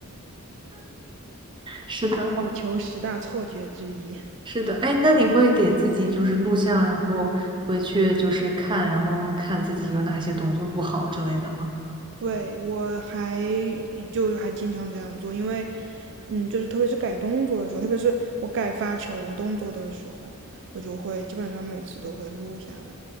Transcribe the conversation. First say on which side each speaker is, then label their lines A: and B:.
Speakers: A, on the right; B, on the right.
A: 是的，
B: 网球十大错觉之一。
A: 是的，哎，那你会给自己就是录像，然后回去就是看，然后看自己有哪些动作不好之类的吗？
B: 对，我还就还经常这样做，因为，嗯，就是特别是改动作的时候，特别是我改发球动作的时候，我就会基本上每次都会录下来。